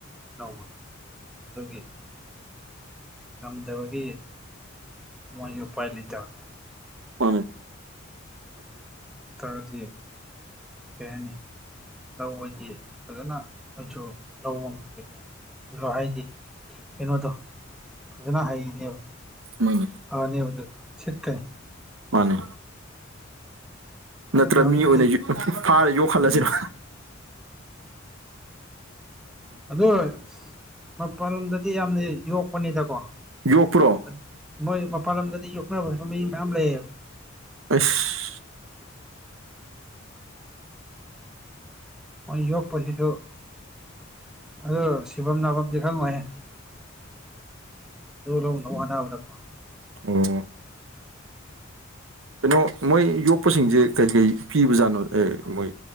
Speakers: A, in the centre; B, on the right.
A: ꯂꯧꯕꯗꯣ ꯑꯗꯨꯒꯤ ꯉꯝꯗꯕꯒꯤ ꯃꯣꯏꯖꯨ ꯎꯄꯥꯏ ꯂꯩꯇꯕꯅꯦ
B: ꯃꯥꯅꯦ <inaudible>
A: ꯇꯥꯔꯗꯤ ꯀꯩ ꯍꯥꯏꯅꯤ ꯂꯧꯕꯗꯤ ꯐꯖꯅ ꯃꯣꯏꯖꯨ ꯂꯧꯕ ꯉꯝꯒꯅꯤ ꯃꯥ ꯍꯥꯏꯗꯤ ꯀꯩꯅꯣꯗꯣ ꯐꯖꯅ ꯍꯩꯅꯤꯕ
B: ꯃꯥꯅꯦ
A: ꯐꯅ‌ꯦꯕ ꯑꯗꯨꯗꯣ ꯁꯤꯠꯀꯟ
B: ꯃꯥꯅꯦ
A: ꯈꯪꯗꯦ
B: ꯅꯠꯇ꯭ꯔ
A: ꯍꯧꯖꯤꯛꯇꯤ
B: ꯃꯤ ꯑꯣꯏꯅ ꯌ‌ꯣ ꯐꯥꯔ ꯌꯣ ꯈꯜꯂꯁꯤꯔ
A: ꯎꯝ ꯑꯗꯨ ꯃꯄꯜ ꯂꯝꯗꯗꯤ ꯌꯥꯝꯅ ꯌꯣꯛꯄꯅꯤꯗꯀꯣ
B: ꯌꯣꯛꯄ꯭ꯔꯣ
A: ꯑꯗ ꯃꯣꯏ ꯃꯄꯥꯟ ꯂꯝꯗꯗꯤ ꯌꯣꯛꯅꯕ <unintelligible> ꯃꯤ ꯃꯌꯥꯝ ꯂꯩꯌꯦꯕ
B: ꯏꯁ
A: ꯃꯣꯏ ꯌꯣꯛꯄꯖꯤꯖꯨ ꯑꯗꯨ ꯁꯤꯕꯝ ꯅꯥꯕꯝꯗꯤ ꯈꯪꯉꯣꯏꯍꯦ ꯗꯨ ꯂꯧꯅꯕ ꯍꯣꯅꯕꯗꯥꯀꯣ
B: ꯑꯣ ꯀꯩꯅꯣ ꯃꯣꯏ ꯌꯣꯛꯄꯁꯤꯡꯖ‌ꯦ ꯀꯩ ꯀꯩ ꯄꯤꯕꯖꯥꯠꯅꯣ ꯑꯦ ꯃꯣꯏ